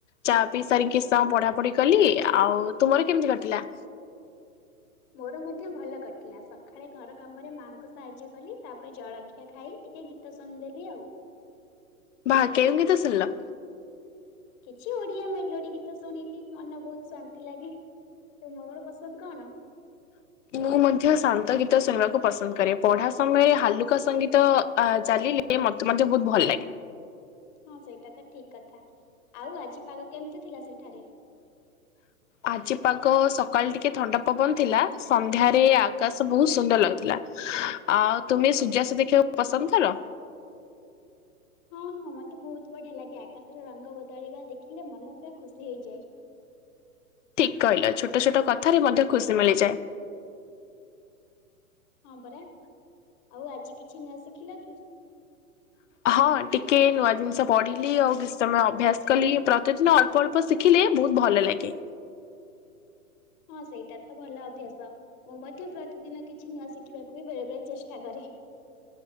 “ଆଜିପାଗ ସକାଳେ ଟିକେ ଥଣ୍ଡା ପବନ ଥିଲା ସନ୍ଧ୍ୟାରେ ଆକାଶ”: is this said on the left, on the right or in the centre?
Left